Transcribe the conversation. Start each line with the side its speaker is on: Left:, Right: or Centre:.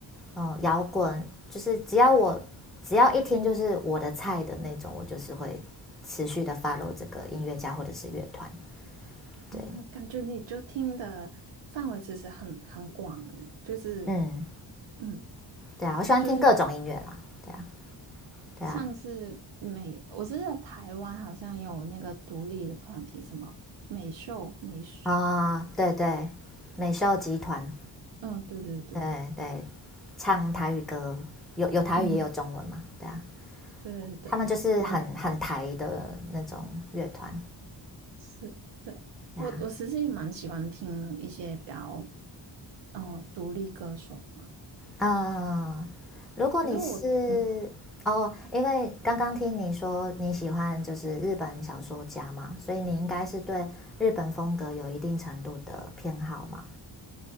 Centre: 嗯，摇滚，就是只要我只要一听就是我的菜的那种，我就是会持续的 follow 这个音乐家或者是乐团。对，
Right: 嗯，我感觉你就听的范围其实很很广呢，就是
Centre: 嗯，
Right: 嗯，
Centre: 对啊，我喜欢听各种音乐啦。
Right: 就是
Centre: 对啊，对啊，
Right: 像是美，我知道台湾好像有那个独立的团体，什么美秀、美术，
Centre: 啊，哦对对，美秀集团，
Right: 嗯，对对对，
Centre: 对对，唱台语歌，有有台语也有中文嘛，
Right: 嗯，
Centre: 对啊，
Right: 对对对，
Centre: 他们就是很很台的那种乐团，
Right: 我是对我我其实也蛮喜欢听一些比较
Centre: 对啊，
Right: 嗯、呃独立歌手嘛，
Centre: 嗯，如果你是哦，
Right: 可是我嗯
Centre: 因为刚刚听你说你喜欢就是日本小说家嘛，所以你应该是对日本风格有一定程度的偏好嘛，